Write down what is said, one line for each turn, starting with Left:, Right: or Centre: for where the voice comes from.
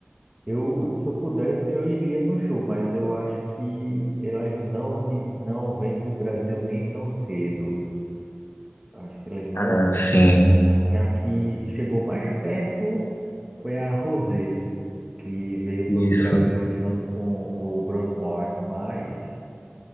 Right: eu, se eu pudesse, eu iria no show, mas eu acho que elas não, vi, não vêm para o Brasil nem tão cedo. Acho que elas não
Left: Ah,
Right: vêm.
Left: sim,
Right: A, a que chegou mais perto foi a Rosé, que veio para
Left: isso.
Right: o Brasil junto com o Bruno Mars, mas